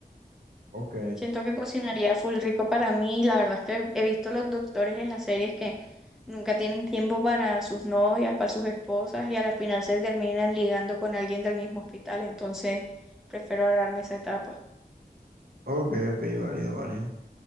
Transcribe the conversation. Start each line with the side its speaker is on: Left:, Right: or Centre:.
Right: Ok,
Centre: Siento que cocinaría full rico para mí. La verdad es que he visto los doctores en las series que nunca tienen tiempo para sus novias, para sus esposas y a la final se terminan ligando con alguien del mismo hospital. Entonces prefiero ahorrarme esa etapa.
Right: Ok, ok, válido, válido.